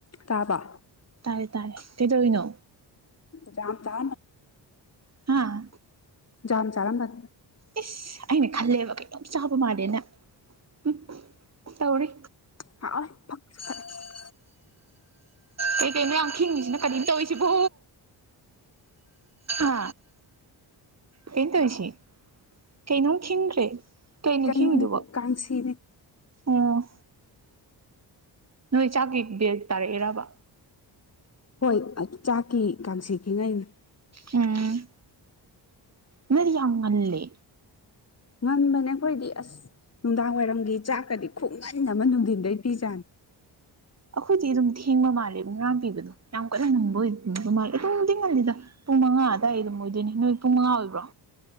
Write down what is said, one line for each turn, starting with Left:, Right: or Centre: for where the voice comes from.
Left: ꯇꯥꯕ
Right: ꯇꯥꯔꯦ ꯇꯥꯔꯦ ꯀꯩꯗꯧꯔꯤꯅꯣ
Left: ꯆ ꯆ
Right: ꯍꯥꯥ
Left: ꯌꯥꯝ ꯆꯥꯔꯝꯕ
Right: ꯏꯁ ꯑꯩꯅ ꯈꯜꯂꯦꯕ ꯀꯩꯅꯇꯣꯝ ꯆꯥꯕ ꯃꯥꯜꯂꯦꯅ ꯎꯝ ꯇꯧꯔꯤ
Left: ꯍ ꯐ ꯐꯔ
Right: ꯀꯩꯀꯩꯅꯣ ꯌꯥꯝ ꯈꯤꯡꯉꯤꯁꯤꯅ ꯀꯔꯤꯝ ꯇꯧꯔꯤꯁꯤꯕꯣ ꯑ ꯀꯩ ꯇꯧꯣꯏꯁꯤ ꯀꯩꯅꯣꯝ ꯊꯈꯤꯟꯈ꯭ꯔꯦ ꯀꯩꯅꯣ
Left: ꯀꯩꯅꯣꯅꯦ
Right: ꯈꯈꯤꯉꯤꯗꯨꯕ
Left: ꯀꯥꯡꯁꯤꯅꯦ
Right: ꯎꯝ ꯅꯣꯏ ꯆꯥꯛꯒꯤ ꯕꯦꯜ ꯇꯥꯔꯛꯑꯦꯔꯕ
Left: ꯍꯣꯏ ꯆꯥꯛꯀꯤ ꯀꯥꯡꯁꯤꯈꯤꯉꯩꯅꯤ
Right: ꯎꯝ ꯅꯔꯤ ꯌꯥꯝ ꯉꯂꯦ
Left: ꯉꯟꯕꯅꯦ ꯑꯩꯈꯣꯏꯗꯤ ꯑꯁ ꯅꯨꯡꯗꯥꯡ ꯋꯥꯏꯔꯝꯒꯤ ꯆꯥꯛꯀꯗꯤ ꯈꯣꯡꯃꯟ ꯑꯃ ꯅꯨꯡꯊꯤꯟꯗꯩ ꯄꯤꯖꯥꯅꯤ
Right: ꯑꯩꯈꯣꯏꯗꯤ ꯑꯗꯨꯝ ꯊꯦꯡꯕ ꯃꯥꯜꯂꯦꯕ ꯉꯥ ꯄꯤꯕꯗꯣ ꯌꯥꯝ ꯀꯟꯅ ꯅꯪꯕ ꯑꯣꯏꯕ ꯃꯥꯜꯂꯦ ꯑꯗꯨꯝꯗꯤ ꯉꯜꯂꯤꯗ ꯄꯨꯡ ꯃꯉꯥ ꯑ ꯑꯗꯨꯋꯥꯏ ꯑꯗꯨꯝ ꯑꯣꯏꯗꯣꯏꯅꯤ ꯅꯨꯃꯤꯠ ꯄꯨꯡ ꯃꯉꯥ ꯑꯣꯏꯕ꯭ꯔꯣ